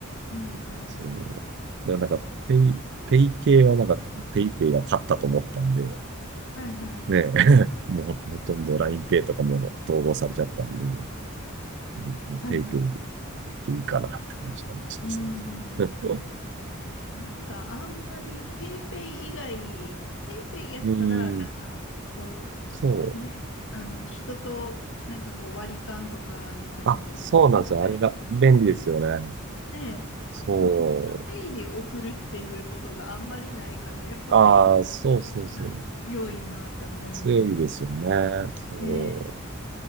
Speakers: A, on the left (about 65°); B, on the right (about 55°).
A: うんうん。
B: その、だからなんかペイ、ペイ系はなんかペイペイが勝ったと思ったんで、
A: はいはいはい。
B: ねえ、<laughs> もうほほとんど
A: 確かに。
B: l i n e イとかも統合されちゃったんで、うんペイペイ
A: はいはい。
B: でいいかなって感じになりましたね、
A: うんう
B: 最近。
A: ん。
B: <laughs>
A: なんかあんまりペイペイ以外、ペイペイやったら、
B: うーん、
A: なんかこ
B: そう。
A: う、ね、あの人となんかこう割り勘とかの時に売ったり
B: あ、そうなんですよ。あれが便利ですよね。
A: ね、
B: そう。
A: でも他のペイで送るっていうことがあんまりないから、やっぱペイペイがなんか強いなって思いますね。
B: ああ、そうそうそう。強いですよね。そう。
A: ねえ